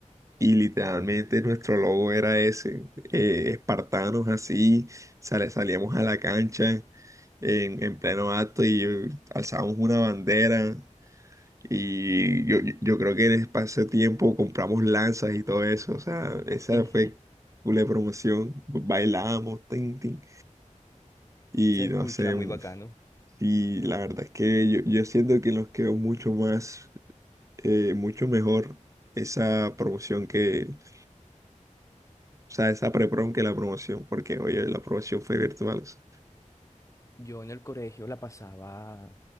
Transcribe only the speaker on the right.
y literalmente nuestro logo era ese, eh, espartanos así, sale- salíamos a la cancha en, en pleno acto y eh, alzábamos una bandera y yo, yo yo creo que en ese pase tiempo compramos lanzas y todo eso. O sea, esa
fue una promoción. Bailábamos, tin, tin. Y
no sé,
mm,
y la verdad es que yo, yo siento que nos quedó mucho más, eh, mucho mejor esa promoción que, o sea, esa pre-prom que la promoción, porque oye, la promoción fue virtual. o sea.